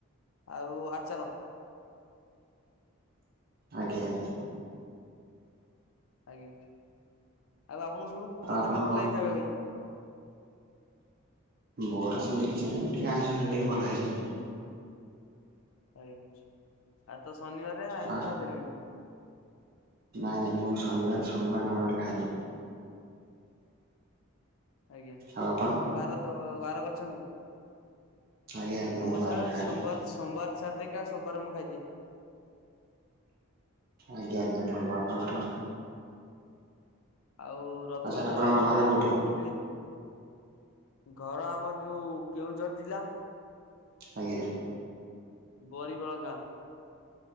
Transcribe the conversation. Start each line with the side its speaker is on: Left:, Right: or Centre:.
Left: ଆଉ ଆଚାର
Right: ଆଜ୍ଞା ଆଜ୍ଞା।
Left: ଆଜ୍ଞା ଆଉ ଆପଣଙ୍କୁ ଶବୁଠୁ କୋଉ
Right: ଆଉ
Left: ତରକାରିଟା
Right: ଆପଣଙ୍କ
Left: ଭଲ ଲାଗେ ଖାଇବା ପାଇଁ?
Right: ମୋର ସେମିତି କିଛି ନାହିଁ ଟିକେ ଆଇଁଷ ଖାଇଲେ ଭଲ ହେଇଯାଏ।
Left: ଆଜ୍ଞା ଆଉ ତ ଶନିବରେ ଆଇଁଷ
Right: ଆ
Left: ଖାଇପାରିବେନି।
Right: ନାଇଁ ନାଇଁ ମୁଁ ଶନିବାର ସୋମବାର ମଙ୍ଗଳବାର ଖାଏନି।
Left: ଆଜ୍ଞା
Right: ଆଉ ଆପଣ?
Left: କଣ ବାର ତ ବାର କରିଛନ୍ତି।
Right: ଆଜ୍ଞା ଆଜ୍ଞା
Left: ମୁଁ
Right: ବାର
Left: ସାର୍
Right: ଖାଏନି
Left: ସୋମବାର ସୋମବାର। ଛାଡ଼ି ଦେଇକି ସବୁ ବାର ମୁଁ ଖାଇ ଦିଏ।
Right: ଆଜ୍ଞା ଆଜ୍ଞା ଭଲ ଆପଣଙ୍କର।
Left: ଆଉ ରଥଯାତ୍ରା
Right: ସାର୍ ଆପଣଙ୍କ
Left: କଣ
Right: ଘର
Left: କେମିତି
Right: କୋଉଠି?
Left: କଣ ବୁଲିବେ। ଘର ଆମର ଯୋଉ କେଉଁଝର ଜିଲ୍ଲା।
Right: ଆଜ୍ଞା।
Left: ବରିଗଳ ଗାଁ।